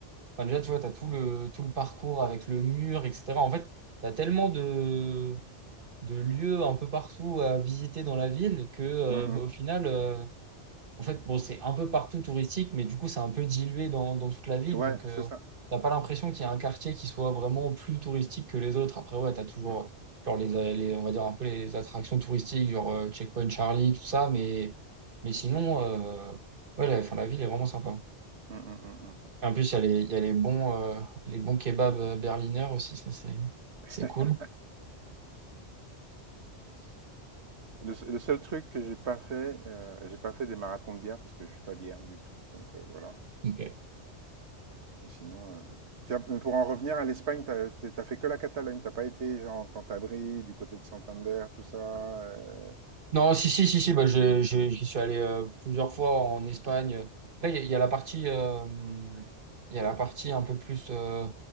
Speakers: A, on the right; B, on the right.
A: Enfin, déjà, tu vois, t'as tout le, tout le parcours avec le mur, etc. En fait, t'as tellement de de lieux un peu partout à visiter dans la ville que, euh,
B: mm,
A: bah, au final, euh, en fait, bon, c'est un peu partout touristique, mais du coup, c'est un peu dilué dans, dans toute la ville.
B: mm. ouais,
A: Donc, euh,
B: c'est ça.
A: t'as pas l'impression qu'il y a un quartier qui soit vraiment plus touristique que les autres. Après, ouais, t'as toujours,
B: Mm,
A: euh, genre, les, euh, les- on va dire un peu les attractions touristiques, genre euh, Checkpoint Charlie, tout ça, mais, mais sinon, euh, ouais, la, enfin, la ville est vraiment sympa.
B: mm, mm, mm.
A: En plus, il y a les, il y a les bons, euh, les bons kebabs euh, berliner aussi, ça, c'est,
B: <laughs>
A: c'est cool.
B: Le, se- le seul truc que j'ai pas fait, euh, j'ai pas fait des marathons de bière parce que je suis pas bière du tout, donc euh, voilà.
A: Ok.
B: Mais sinon. euh, tiens, pour en revenir à l'Espagne, t'as t'as fait que la Catalogne. T'as pas été, genre, Cantabrie, du côté de Santander, tout ça. euh,
A: Non, si, si, si, si, bah, je, je- j'y suis allé euh, plusieurs fois en Espagne. Après, il y, a il y a la partie, euh, il y a la partie un peu plus euh,